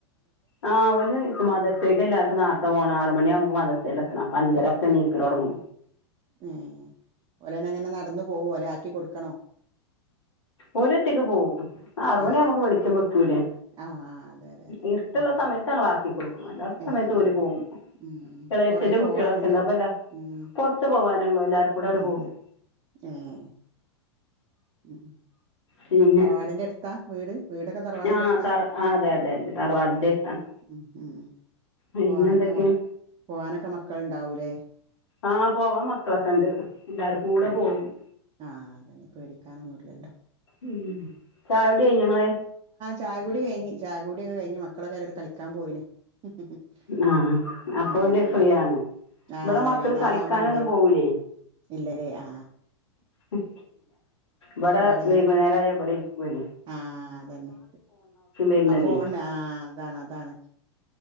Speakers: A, on the left (about 80°); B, on the right (about 30°).
A: ആ ഓല് മദർസേക്ക് എല്ലാർക്കും നാർത്തെ പോണം ആറുമണി ആകുമ്പോ മദ്റസലേതണം അപ്പ സനീക്ക <unintelligible> രോടങ്ങും.
B: ങേ ഓലന്നെ അങ്ങനെ നടന്നു പോവ ലെ ആക്കി കൊടുക്കണോ?
A: ഓല്ഒറ്റയ്ക്ക് പോവും ആറ്മണി
B: ഏഹ്
A: ആവുമ്പേക്ക് വെളിച്ചംവെക് ക്കൂലെ
B: ആഹ് അതെ അതെ അതെ
A: ഇരിട്ടുള്ള
B: ഉം
A: സമയത്ത് ഞങ്ങൾ ആക്കി കൊടുക്കും. അല്ലാത്ത സമയത്ത്
B: ഏഹ്
A: ഓല് പോകും.
B: ഉം
A: ഇളേയച്ചന്റെ
B: കൊറെ പോവാണ്ടോ
A: കുട്ടികളൊക്കെ ഉണ്ട്. അപ്പെല്ല,
B: ഉം
A: കൊറച്ച പോവാനാള്ളോ എല്ലാരും കൂടെ അങ്ങ്
B: ഉം
A: പോകും.
B: ഉം ഏഹ് ഉം ഉം
A: പിന്നെ
B: തറവാടിന്റെ അടുത്താ വീട് വീടൊക്കെ തറവാടിന്റെ
A: ആ
B: അടുത്താ
A: തറ ആ അതെ അതെ അതെ തറവാടിൻ്റെ
B: വീട് വീടൊക്കെ തറവാടിൻ്റെട്ത
A: അടുത്താണ്
B: ഉം ഉം ഉം ഉം
A: പിന്നെ
B: പോവാനൊക്കെ
A: എന്തൊക്കെയാണ്
B: മക്ക പോവാനൊക്കെ മക്കളുണ്ടാവുംലേ
A: ആഹ് പോവാ മക്കളൊക്കെ ഉണ്ട്. എല്ലാരുും കൂടെ പോവും. <inaudible>
B: ആഹ അതന്നെ പേടിക്കാനൊന്നുല്ലല്ലോ?
A: ഉം ചായടീകയിഞ്ഞങ്ങളെ
B: ചായകൂടി കഴിഞ്ഞ്ചായകൂടിയക്കെ കഴിഞ് മക്കളെക്കെ അയിലെ കളിക്കാ പോയിനേ, <unintelligible>
A: ആഹ് അപ്പൊ ഓല് ഫ്രീ ആണ്
B: ആ
A: ഇവിടെ
B: അതന്
A: മക്കള്
B: വൈന്നര
A: കളിക്കാനൊന്നും
B: ആവുമ്പോ ഇണ്ടാവും
A: പോവൂലേ
B: ഇന്നില്ലല്ലേ ആ
A: ഉം പിന്നെ
B: ഇവിടെ
A: വൈകുന്നേരായാൽ ഇബെ ടീം <unintelligible>
B: ആഹ് അതെന്നെ
A: വരുന്നതേ
B: ആഫോണ്ന് ആഹ് അതാണ് അതാണ്